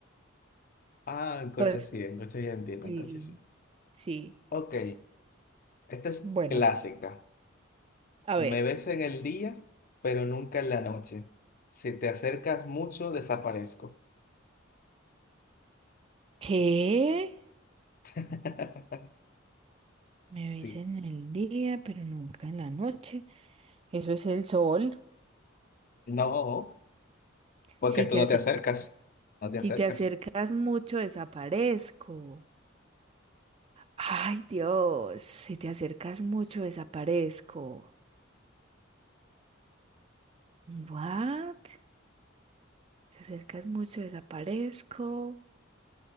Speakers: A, on the left; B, on the right.
A: Ah, en
B: Pues
A: coche sí, en coche ya entiendo,
B: sí,
A: en coche sí.
B: sí.
A: Ok, esta es
B: Bueno,
A: clásica.
B: a
A: Me
B: ver.
A: ves en el día, pero nunca en la noche. Si te acercas mucho, desaparezco.
B: ¿Qué?
A: <laughs>
B: Me
A: Sí.
B: ves en el día, pero nunca en la noche. Eso es el sol.
A: No, porque
B: Si
A: tú
B: te
A: no
B: acercas
A: te acercas. No te acercas.
B: Si te acercas mucho, desaparezco. Ay, Dios, si te acercas mucho, desaparezco. ¿What? Te acercas mucho, desaparezco.